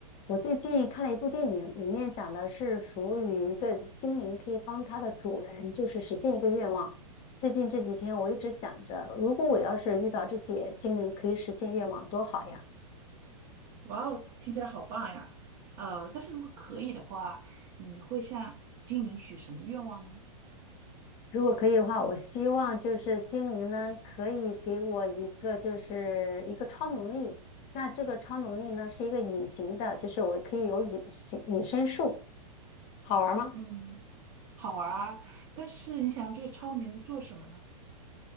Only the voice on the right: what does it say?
哇哦，听起来好棒呀！呃，但是如果可以的话，你会向精灵许什么愿望呢？
嗯，好玩儿啊，但是你想要这个超能力做什么呢？